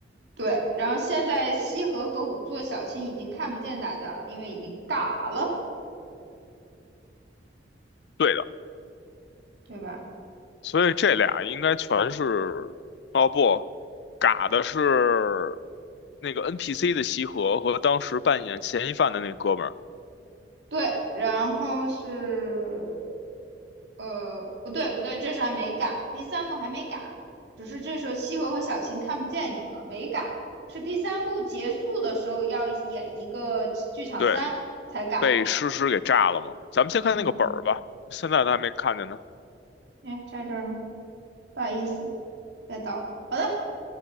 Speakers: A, on the right; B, on the left.
A: 对，然后现在西河和五座小青已经看不见大家了，因为已经嘎了，
B: 对的，
A: 对吧？
B: 所以这俩应该全是，哦不，嘎的是那个 NPC 的西河和当时扮演嫌疑犯的那哥们儿，
A: 对，然后是，呃，不对不对，这是还没嘎，第三幕还没嘎，只是这时候西河和小青看不见你们了，没嘎，是第三幕结束的时候要演一个剧场三才嘎的。
B: 对，被诗诗给炸了嘛。咱们先看那个本儿吧，
A: 嗯，
B: 现在都还没看见呢。
A: 哎，在这儿呢，不好意思，再倒，好的，